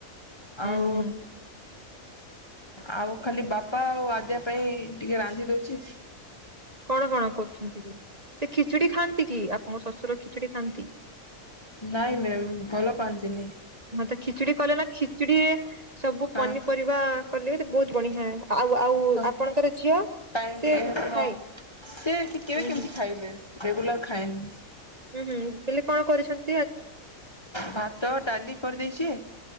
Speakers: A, on the left; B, on the right.
A: ଆଉ
B: ଉୁଁ ହୁଁ
A: ଆଉ ଖାଲି ବାପା ଆଉ ଆଦ୍ୟା ପାଇଁ ଟିକେ ରାନ୍ଧି ଦଉଛି
B: କଣ କଣ କରୁଛନ୍ତି ଯେ ସେ ଖିଚୁଡ଼ି ଖାଆନ୍ତି? କି ଆପଣଙ୍କ ଶ୍ୱଶୁର ଖିଚୁଡି ଖାଆନ୍ତି?
A: ନାଇଁ ମ୍ୟାମ୍ ଭଲ ପାଆନ୍ତିନି ।
B: ହଁ ତ ଖିଚୁଡି କଲେ ନା ଖିଚୁଡି ସବୁ
A: ହଁ
B: ପନିପରିବା କଲେ ବି ବହୁତ ବଢିଆ ଆଉ ଆଉ
A: ହଁ
B: ଆପଣଙ୍କର ଝିଅ
A: ଟାଇମ୍
B: ସିଏ
A: ବି
B: ଖାଏ
A: ହଁ ସେ କେବେ
B: ହୁଁ
A: କେମିତି
B: ହୁଁ।
A: ଖାଏ ମ୍ୟାମ୍ ରେଗୁଲାର ଖାଇନି।
B: ହୁଁ ହୁଁ ହେଲି କଣ କରୁଛନ୍ତି?
A: ଭାତ ଡାଲି କରିଦେଇଛି